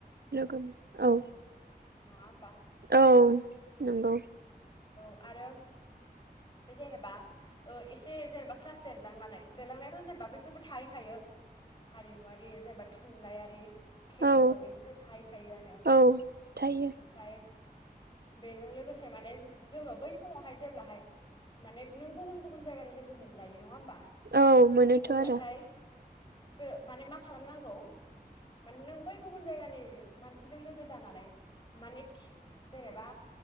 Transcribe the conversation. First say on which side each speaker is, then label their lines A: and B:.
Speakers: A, on the right; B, on the left.
A: लोगो औ
B: नङा होमबा
A: औ नंगौ
B: औ आरो बे जेनेबा ओ एसे जेनेबा क्लास देरलांनानै देरलांनायाथ' जेनेबा बैफोरबो थाहैखायो हारिमुवारि जेनेबा थुनलाइआरि खेलाफोर
A: औ
B: बेफोरथ' थाहैखायोआनो
A: औ थायो
B: ओमफ्राय। बेजों लोगोसे माने जोङो बै समावहाय जेब्लाहाय माने नों गुबुन गुबुन जायगानि लोगो मोनलायो नङा होमबा?
A: औ मोनोथ'
B: अब्लाथाय
A: आरो।
B: जो माने मा खालामनांगौ माने नों बै गुबुन जायगानि मानसिजों लोगो जानानै माने खि जेनेबा